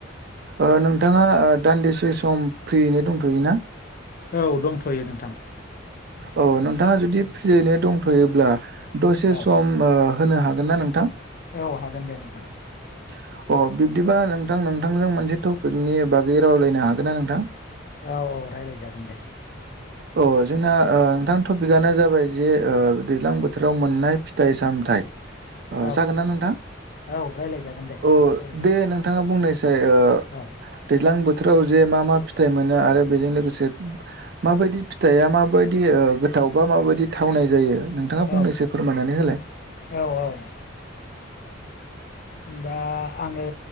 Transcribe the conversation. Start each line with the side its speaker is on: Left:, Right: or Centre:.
Right: ओ नोंथाङा दान्दिसे सम फ्रियैनो दंथ'योना?
Left: औ दंथ'यो नोंथां।
Right: औ नोंथाङा जुदि फियैनो दंथ'योब्ला दसे
Left: औ
Right: सम होनो हागोन ना नोंथां?
Left: औ हागोन दे नोंथां।
Right: <inaudible> अ बिब्दिबा नोंथां नोंथांजों मोनसे टपिकनि बागै रावलायनो हागोन ना नोंथां?
Left: औ औ रायलायजागोन दे।
Right: अ जोंना नोंथां टपिकआनो जाबाय जे दैज्लां बोथोराव मोननाय फिथाइ सामथाइ ओ
Left: औ
Right: जागोन ना नोंथां
Left: औ रायलायजागोन दे
Right: औ
Left: सावरायजागोन
Right: दे नों थाङा बुंनायसाय ओ
Left: औ
Right: दैज्लां बोथोराव जे मा मा फिथाइ मोनो आरो बेजों लोगोसे माबायदि फिथाइया मा बायदि ओ गोथाव बा माबायदि थावनाय जायो नोंथाङा
Left: औ
Right: फंनैसो फोरमायनानै होलाय।
Left: औ औ दा आङो